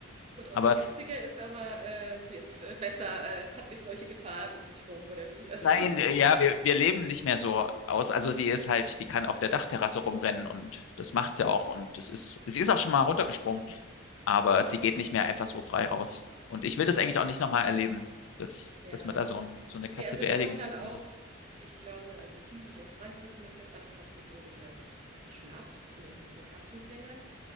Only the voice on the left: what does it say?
Aber
Nein, äh, ja, wir, wir leben nicht mehr so aus. Also sie ist halt, die kann auf der Dachterrasse rumrennen und
das
macht sie auch. Und das ist, sie ist auch schon mal runtergesprungen, aber sie geht nicht mehr einfach so frei raus. Und ich
will das eigentlich auch nicht nochmal erleben, dass,
dass man da so, ein, so eine Katze
beerdigen
muss
und so.